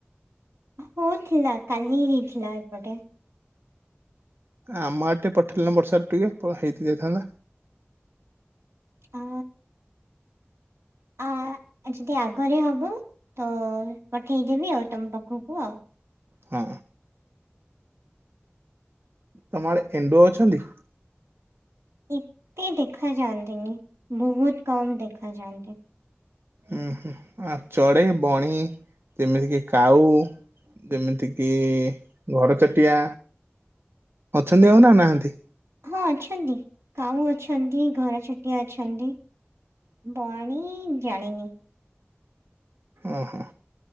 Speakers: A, on the right; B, on the right.
A: ହଉଥିଲା କାଲି ହେଇଥିଲା ଏପଟେ।
B: ଆମ ଆଡେ ଟିକେ ପଠେଇଲନି ବର୍ଷାକୁ ଟିକେ ପ ହେଇତି ଯାଇଥାନ୍ତା।
A: ଅଁ ଅଁ ଆଜି ତ ଆଗରେ ହବ ତ ପଠେଇଦେବି ଆଉ ତମ ପାଖୁକୁ ଆଉ।
B: ହଁ। ତମ ଆଡେ ଏଣ୍ଡୁଅ ଅଛନ୍ତି?
A: ଏତେ ଦେଖା ଯାଆନ୍ତିନି ବୋହୁତ କମ୍ ଦେଖାଯାଆନ୍ତି।
B: ଉଁ ହୁଁ ଆଉ ଚଡେଇ ବଣି ଯେମିତିକି କାଉ ଦେମିତି କିି ଘରଚଟିଆ ଅଛନ୍ତି ଆଉ ନା ନାହାନ୍ତି।
A: ହଁ ଅଛନ୍ତି। କାଉ ଅଛନ୍ତି ଘର ଚଟିଆ ଅଛନ୍ତି। ବଣିି ଜାଣିନି।
B: ଓହୋ।